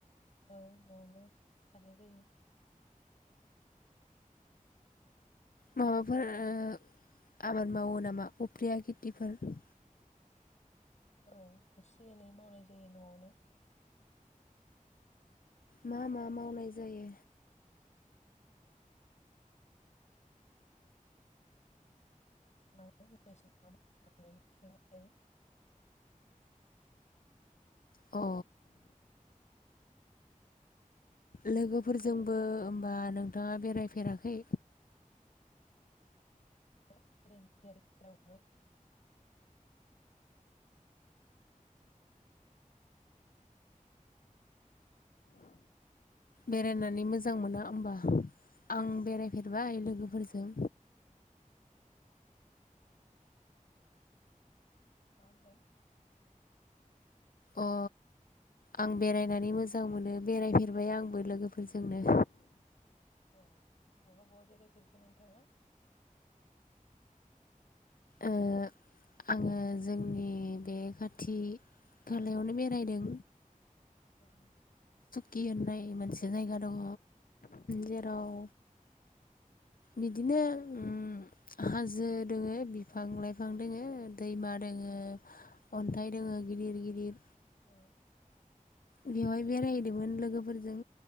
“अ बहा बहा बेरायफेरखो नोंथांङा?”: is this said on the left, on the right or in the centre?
Left